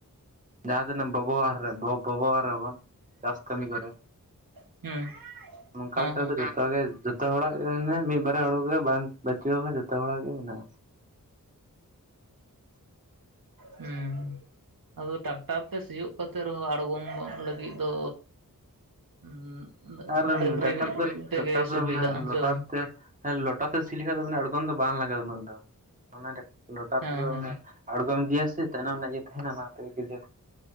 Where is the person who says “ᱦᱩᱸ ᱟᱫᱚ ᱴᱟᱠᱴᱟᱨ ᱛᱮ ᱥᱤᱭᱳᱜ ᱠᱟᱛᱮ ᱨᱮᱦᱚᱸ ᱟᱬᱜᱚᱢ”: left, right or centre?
Right